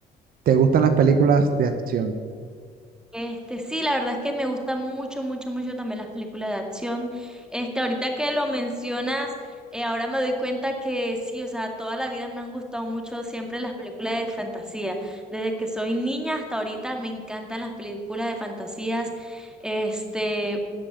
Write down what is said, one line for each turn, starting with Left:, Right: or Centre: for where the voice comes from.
Right: ¿Te gustan las películas de acción?
Centre: Este, sí, la verdad es que me gustan mucho, mucho, mucho también las películas de acción. Este, ahorita que lo mencionas, eh, ahora me doy cuenta que sí, o sea, toda la vida me han gustado mucho siempre las películas de fantasía. Desde que soy niña hasta ahorita me encantan las películas de fantasías. Este,